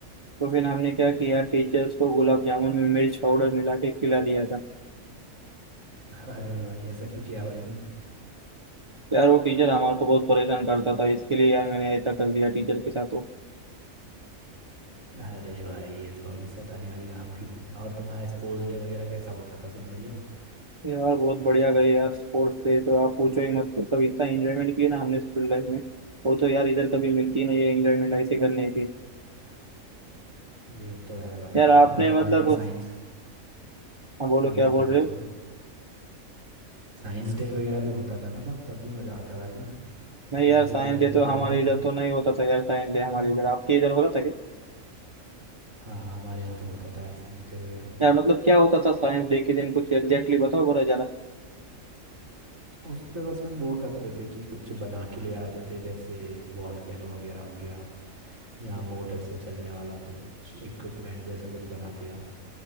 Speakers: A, on the right; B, on the right.
A: तो फिर हमने क्या किया टीचर्स को गुलाब जामुन में मिर्च पाउडर मिला के खिला दिया था
B: अरे भाई ऐसा क्यों किया भाई तुमने
A: यार वो टीचर हमारे को बहुत परेशान करता था इसके लिए यार मैंने ऐसा कर दिया टीचर के साथ तो
B: अरे भाई ये थोड़ी शैतानी वाली काम की तुमने और तुम्हारा स्पोर्ट्स डे वगैरह कैसा होता था सब बढ़िया
A: यार बहुत बढ़िया गए यार स्पोर्ट्स डे तो आप पूछो ही मत मतलब इतना एंजॉयमेंट किया ना हमने स्कूल लाइफ में वो तो यार इधर कभी मिलती नहीं है एंजॉयमेंट ऐसे करने की
B: ये तो है भाई
A: यार आपने
B: और तुम्हारे
A: मतलब
B: यहाँ साइंस
A: हाँ बोलो
B: हाँ
A: क्या
B: बताओ
A: बोल रहे
B: बताओ
A: हो
B: साइंस डे वगैरह भी होता था ना तब तब भी मज़ा आता था क्यों
A: नहीं
B: साइंस
A: यार
B: डे
A: साइंस
B: वगैरह
A: डे तो
B: भी
A: हमारे
B: करा हुआ है तुमने
A: इधर तो नहीं होता था यार साइंस डे हमारे इधर आपके इधर होता था क्या
B: हाँ हमारे यहाँ तो होता था यार साइंस डे वगैरह
A: यार मतलब क्या होता था साइंस डे के दिन कुछ एग्जैक्टली बताओ बोला जरा
B: उस पे बस हम वो करते थे कि कुछ बना के ले आते थे जैसे वॉल्केनो वगैरह हो गया या मोटर से चलने वाला कुछ इक्विपमेंट जैसा कुछ बना दिया